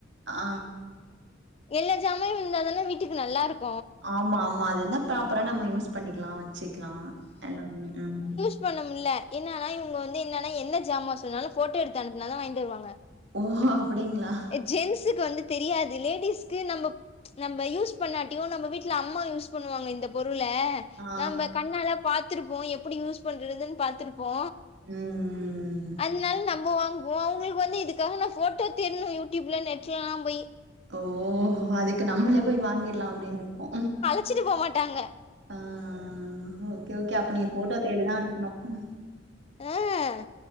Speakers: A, on the right; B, on the left.
A: ஆ
B: எல்லா ஜாமாயு இருந்தா தானா வீட்டுக்கு நல்லா இருக்
A: ஆமா ஆமா அது இருந்தா ப்ராபரா நம்ம யூஸ் பண்ணிக்கலா வச்சீக்கலா எல்லாமே ம்
B: இது பண்ண முடியல என்னதா இவுங்க வந்து இன்னான எந்த ஜாமா சொன்னாலு போட்டோ எடுத்து அனுபுனாத வாங்கிட்டு வருவாங்க
A: ஓ அப்டிங்களா
B: ஜென்ஸ்கு வந்து தெரியாது லேடிஸ்கு நம்ம நம்ம யூஸ் பண்ணாட்டியு நம்ம வீட்ல அம்மா யூஸ் பண்ணுவாங்க இந்த பொருள‌
A: ஆ
B: நம்ம பாத்துருப்போ எப்படி யூஸ் பண்றதுனு பாத்துருப்போ
A: ம் ம் ம்
B: அதுனால நம்ம வாங்குவோ அவுங்களுக்கு வந்து இதுக்காக நா போட்டோ தேடணு யூடிப்ல நெட்லலா போய்
A: ஓ அதுக்கு நம்ளே போய் வாங்கிடலா அப்டினு இருக்கு
B: வச்சிட்டு போமாட்டாங்க
A: ஆ ஆ ஆ ஓகே ஓகே அப்ப நீ போட்டோ தேடிதா அனுப்புபணு
B: அஹ்